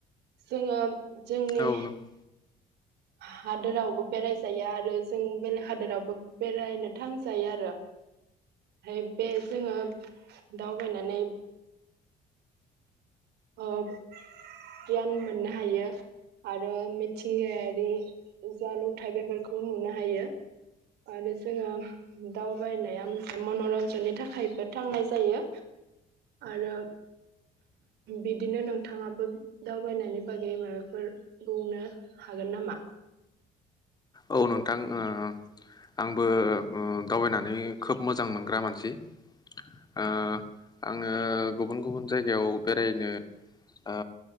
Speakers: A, on the right (about 75°); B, on the left (about 25°).
A: जोङो जोंनि
B: औ नंगौ
A: हादोरावबो बेरायजायो आरो जों बेलेग हादोरावबो बेरायनो थांजायो आरो ओमफाय बे जोङो दावबायनानै ओप गियान मोननो हायो आरो मिथिंगायारि जा नुथाय बेफोरखौ नुनो हायो आरो जोङो दावबायनाया मोनसे मनरन्जननि थाखायबो थांनाय जायो आरो बिदिनो नोंथाङाबो दावबायनायनि बागै मायबाफोर बुंनो हागोन नामा
B: औ नोंथां ओ आंबो ओ दावबायनानै खोब मोजां मोनग्रा मानसि ओ आङो गुबुन गुबुन जायगायाव बेरायनो ओ